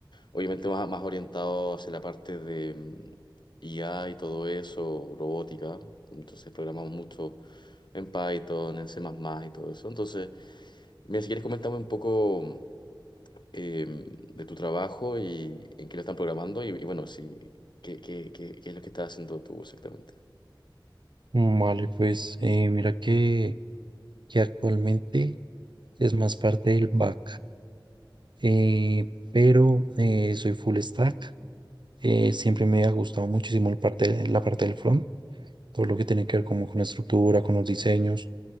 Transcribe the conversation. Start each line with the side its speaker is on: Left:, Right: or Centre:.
Left: obviamente más, más orientado hacia la parte de mm, IA y todo eso, robótica. Entonces programamos mucho en Python, en C++ y todo eso. Entonces, mira, si quieres comentarme un poco eh, de tu trabajo y en qué lo están programando y, y bueno, sí, qué, qué, qué, qué es lo que estás haciendo tú exactamente.
Right: Mm, Vale, pues eh, mira que, que actualmente es más parte del back, eh, pero eh, soy full stack, eh, siempre me ha gustado muchísimo el parte, la parte del front, todo lo que tiene que ver como con la estructura, con los diseños